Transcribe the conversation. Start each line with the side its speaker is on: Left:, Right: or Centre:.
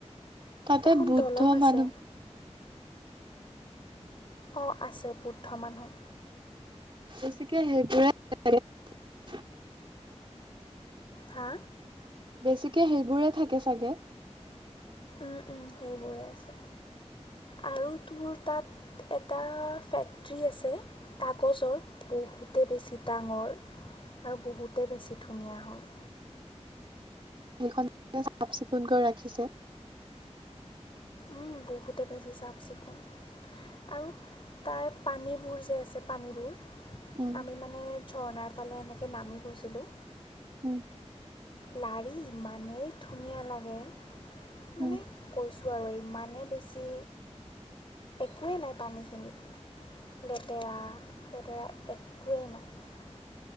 Right: তাতে
Left: এখন
Right: বুদ্ধ
Left: দলং আছে
Right: মানুহ <unintelligible>
Left: অ আছে বুদ্ধ মানুহ।
Right: বেছিকে হেইবৰে <unintelligible>
Left: হা?
Right: বেছিকে সেইবোৰে থাকে চাগে!
Left: উম উম সেইবোৰে আছে। আৰু তোৰ তাত এটা ফেক্টৰী আছে কাগজৰ বহুতে বেছি ডাঙৰ আৰু বহুতে বেছি ধুনীয়া হয়।
Right: সেইখন চাফ চিকুণকৈ ৰাখিছে?
Left: উম বহুতে বেছি চাফ চিকুণ আৰু তাৰ পানীবোৰ যে আছে পানীবোৰ!
Right: উম
Left: আমি মানে ঝৰ্ণাৰ ফালে এনেকৈ নামি গৈছিলোঁ
Right: উম
Left: লাৰি ইমানেই ধুনীয়া লাগে।
Right: উম
Left: মানে কৈছোঁ আৰু ইমানেই বেছি একোৱেই নাই পানীখিনিত লেতেৰা পেতেৰা একোৱেই নাই।